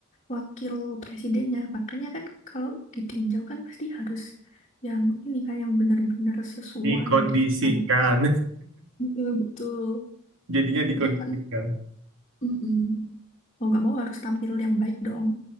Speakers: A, on the left; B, on the right.
A: wakil presidennya makanya kan kalau ditinjau kan pasti harus yang ini kan yang benar-benar sesuai
B: Dikondisikan.
A: dengan mm betul.
B: <laughs> Jadinya dikondisikan.
A: Jadi kan, mm-mm. mau nggak mau harus tampil yang baik dong.